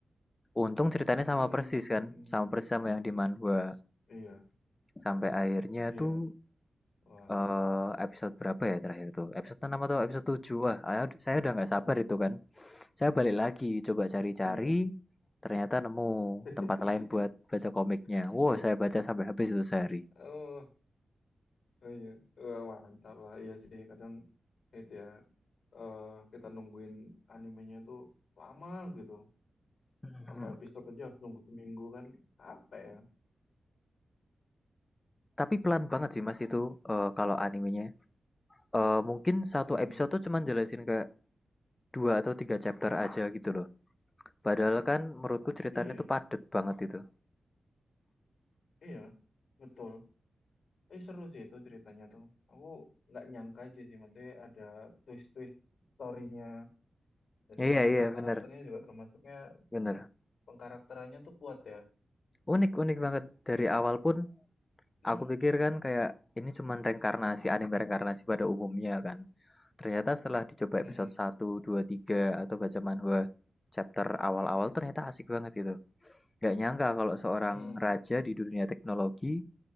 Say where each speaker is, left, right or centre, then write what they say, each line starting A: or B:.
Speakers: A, on the left; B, on the left.
A: Untung ceritanya sama
B: Mm-mm, mm-mm,
A: persis kan,
B: mm-mm.
A: sama persis sama yang di manhwa.
B: Iya,
A: Sampai akhirnya
B: iya,
A: tuh
B: wah,
A: eh episode berapa ya terakhir tuh? Episode 6 atau episode tujuh Wah, saya udah nggak sabar itu kan. Saya balik lagi coba cari-cari,
B: iya,
A: ternyata nemu
B: <laughs>
A: tempat lain buat baca komiknya.
B: iya.
A: Wow, saya baca sampai habis itu sehari.
B: Oh. Oh iya, Wah, mantap lah. Iya sih, kadang itu ya, eh, kita nungguin animenya tuh lama gitu.
A: Mhm.
B: Satu episode aja harus nunggu seminggu kan. Apa ya?
A: Tapi pelan banget sih Mas itu, eee, kalau animenya. Eee, mungkin satu
B: Hmm,
A: episode tuh cuman jelasin kayak 2 atau 3 chapter aja gitu loh. Padahal kan menurutku ceritanya
B: iya,
A: tuh padet banget itu.
B: iya, betul. Eh seru sih itu ceritanya tuh. Aku nggak nyangka aja sih, maksudnya ada twist-twist story-nya dari
A: Iya
B: karakter-karakternya
A: iya, bener
B: juga termasuknya
A: bener.
B: pengkarakterannya tuh kuat ya.
A: Unik unik banget. Dari awal pun
B: Mm-mm.
A: aku pikir kan kayak ini cuman reinkarnasi, anime reinkarnasi pada umumnya kan. Ternyata setelah dicoba
B: Mm-mm.
A: episode satu 2 3 atau baca manhwa chapter awal-awal ternyata asik banget gitu. Nggak nyangka kalau seorang
B: Mm-mm.
A: raja di dunia teknologi,